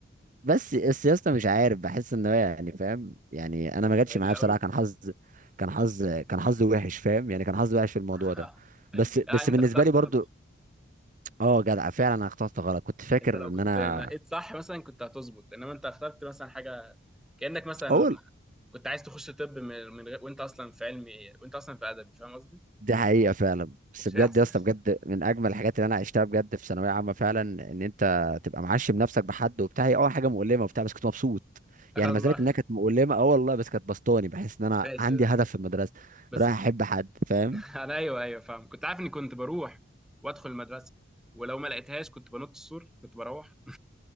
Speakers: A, on the right (about 40°); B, in the centre.
A: بس السياسة مش عارف بحس ان هو يعني فاهم يعني انا ما جاتش
B: الصغير
A: معايا
B: قوي
A: بصراحه كان حظ كان حظ كان حظي وحش فاهم يعني كان حظي وحش في الموضوع
B: <laughs>
A: ده بس بس
B: لا انت
A: بالنسبه
B: اخترت
A: لي برضو
B: غلط
A: اه جدع فعلا انا اخترت غلط كنت فاكر
B: انت لو
A: ان
B: كنت
A: انا
B: نقيت صح مثلا كنت هتظبط انما انت اخترت مثلا حاجه كانك مثلا
A: اول
B: كنت عايز تخش طب من من غير وانت اصلا في علمي وانت اصلا في ادبي فاهم قصدي؟
A: دي حقيقه فعلا بس
B: مش
A: بجد
B: هيحصل
A: يا اسطى بجد من اجمل الحاجات اللي انا عشتها بجد في ثانويه عامه فعلا ان انت تبقى معشم نفسك بحد وبتاع هي اول حاجه مؤلمه وبتاع بس كنت مبسوط
B: <laughs>
A: يعني
B: الله
A: ما زالت انها كانت مؤلمه اه والله بس كانت بسطاني بحس ان انا
B: ماشي
A: عندي هدف في المدرسه
B: بس
A: رايح احب حد فاهم
B: <laughs> انا ايوه ايوه فاهم كنت عارف اني كنت بروح وادخل المدرسه ولو ما لقيتهاش كنت بنط السور كنت بروح